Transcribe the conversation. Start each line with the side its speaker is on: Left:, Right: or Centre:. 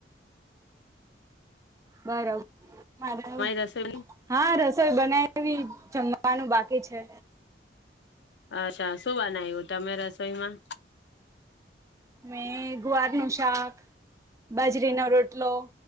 Right: બરાબર. મારે
Left: તમારી રસોઈની
Right: હા રસોઈ બનાવીમ જમ નું બાકી છે.
Left: અચ્છા શું બનાવ્યું તમે રસોઈમાં?
Right: મે ગુવારનુ શાક બાજરી ના રોટ આટલો.